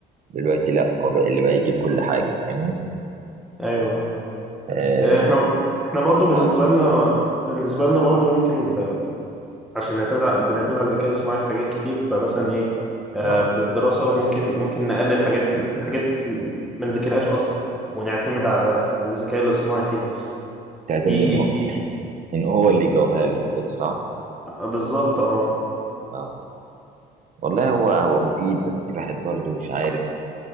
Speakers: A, on the right (about 50°); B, in the centre.
A: دلوقتي لا هو بقى اللي بقى يجيب كل حاجه فاهمني
B: ايوه
A: اه
B: آه، احنا احنا برضو بالنسبة
A: آه،
B: لنا بالنسبة لنا برضو ممكن ال... عشان نعتمد على... بنعتمد على الذكاء الصناعي في حاجات كتير فمثلا ايه آه،
A: آه.
B: في الدراسة ممكن ممكن نقلل حاجات ممكن حاجات ما نذاكرهاش أصلا ونعتمد على الذكاء الاصطناعي فيها مثلا
A: تعتمد
B: في
A: ان
B: في
A: ان هو اللي يجاوبها لك وكده صح؟
B: آه، بالظبط اه
A: اه والله هو هو مفيد بس الواحد برضو مش عارف